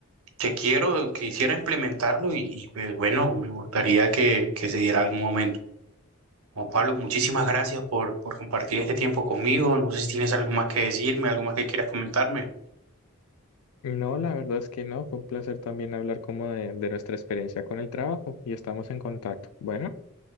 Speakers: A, on the right (about 75°); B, on the left (about 75°).
A: que quiero, quisiera implementarlo y, y, pues bueno, me gustaría que, que se diera algún momento. Juan Pablo, muchísimas gracias por, por compartir este tiempo conmigo. No sé si tienes algo más que decirme, algo más que quieras comentarme.
B: No, la verdad es que no. Fue un placer también hablar como de, de nuestra experiencia con el trabajo y estamos en contacto. Bueno,